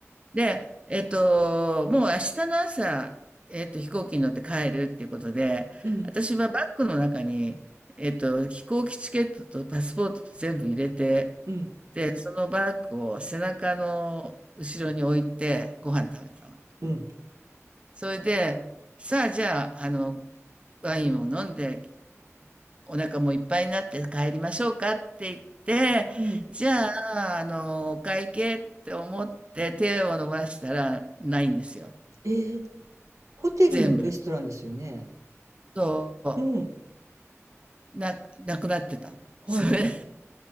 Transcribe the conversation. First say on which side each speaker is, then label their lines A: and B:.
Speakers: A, on the right (about 20°); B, on the right (about 90°).
A: で、えっと、もう明日の朝、えっと、飛行機に乗って帰るっていうことで、
B: うん。
A: 私はバッグの中に、えっと、飛行機チケットとパスポートと全部入れて、
B: うん。
A: で、そのバッグを背中の後ろに置いてご飯食べてたの。
B: うん。
A: それで、さあじゃあ、あの、ワインを飲んでお腹もいっぱいになって帰りましょうかって言って、
B: うん。
A: じゃあ、あの、お会計って思って手を伸ばしたらないんですよ。
B: えー、ホテルのレストランですよね。
A: 全部。そ
B: うん。
A: う、な、なくなってたの。
B: はいはい。
A: それ、